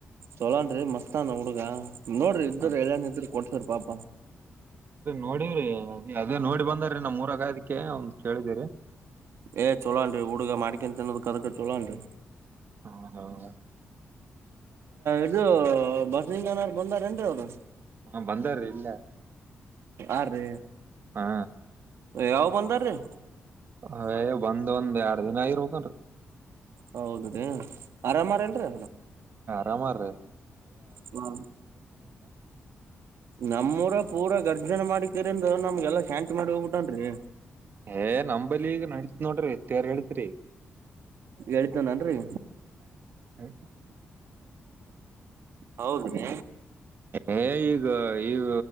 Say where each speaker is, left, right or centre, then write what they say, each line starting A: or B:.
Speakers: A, on the right (about 85°); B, on the right (about 50°).
A: ಚಲಾನ್ ರೀ ಮಸ್ತ್ ನ ಹುಡುಗ ನೋಡ್ರಿ ಇದ್ರರು
B: ಹಾ
A: ಎಲ್ಲನ್ ಇದ್ರ ಕೊ ಸರ್ ಪಾಪ
B: ನೋಡವ್ರಿ ಅದೇ ನೋಡಿ ಬಂದ್ರೀ ನಮ್ ಮೂರಗ ಅದಕ್ಕೆ ಅವ್ನ ಕೇಳಿದಿರಿ
A: ಏ ಚೊಲೋನ್ರರಿ ಹುಡುಗ ಮಾಡ್ಕೊಂಡು ತಿನ್ನೋಕದಕ ಚೊಲೋಹಾನ್ರಿ
B: ಹೌದೌದ
A: ಇದು ಬಸಲಿಂಗ ಅನಾರ್ ಬಂದಾರ ಏನ್ರೀ ಅವರು
B: ಹಾ ಬಂದಾರ್ರೀ ಇಲ್ಲ
A: ಹಾ ರೀ.
B: ಹಾ.
A: ಯಾವ ಬಂದಾರ್ರೀ.
B: ಅ ಏ ಬಂದ್ ಒಂದ್ ಎರ ದಿನ ಆಗಿರ್ಬೆನರಿ
A: ಹೌದ ರಿ ಆರಾಮ್ ಅರಿಲ್ರಿ
B: ಸಾಮರ್ ರಿ
A: ಹ್ಮ ನಮ್ಮೂರ ಪೂರಾ ಗರ್ಜನ ಮಾಡಿ ರಿಂದು ನಮ್ಗೆಲ್ಲಾ ಶಾಂತಿ ಮಾಡಿ ಹೋಗ್ಬಿಟನ್ರಿ.
B: ಏ ನಂಬಲೀ ಈಗ ನಡಿತ್ತ್ ನೋಡ್ರಿ ತೇರ್ ಹೇಳಿತ್ರಿ.
A: ಏಳಿತ್ತಾನ ಅನ್ರಿ.
B: ಏ
A: ಹೌದ್ರಿ.
B: ಏ ಈಗ ಈಗ